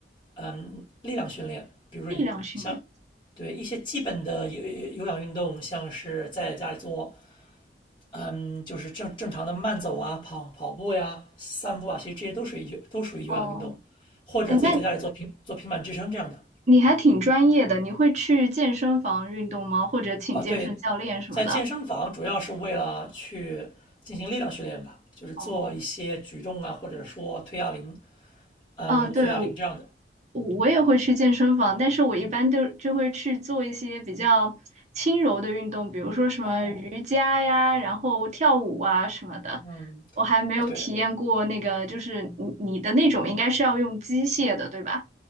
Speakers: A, on the left; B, on the right.
A: 嗯力量训练，比如说以像
B: 力量训练。
A: 对一些基本的有有氧运动，像是在家里做，嗯，就是正正常的慢走啊、跑跑步呀、散步啊，其实这些都属于有都属于有氧运动，
B: 哦，
A: 或者自己在家里做平做平板支撑这样的。
B: 哎，那你还挺专业的，你会去健身房运动吗？或者请健身教练什么的？
A: 啊，对，在健身房主要是为了去进行力量训练吧，就是做一些举重啊，
B: 哦，
A: 或者说推哑铃，嗯，
B: 嗯，
A: 举哑铃这样的。
B: 对，我我也会去健身房，但是我一般都就会去做一些比较轻柔的运动，比如说什么瑜伽呀，
A: 哦，
B: 然后跳舞啊什么的。
A: 嗯，
B: 我还没有体验过那个，
A: 啊，对，
B: 就是你你的那种应该是要用机械的，对吧？